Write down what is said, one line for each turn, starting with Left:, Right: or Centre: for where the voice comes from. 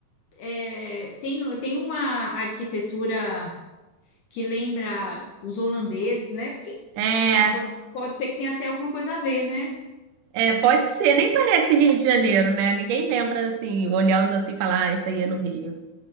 Left: É, tem, tem uma arquitetura que lembra os holandeses, né? Quem
Right: É,
Left: sabe pode, pode ser que tenha até alguma coisa a ver, né?
Right: é, pode ser, nem parece Rio de Janeiro, né? Ninguém lembra assim, olhando assim, falar, ah, isso aí é no Rio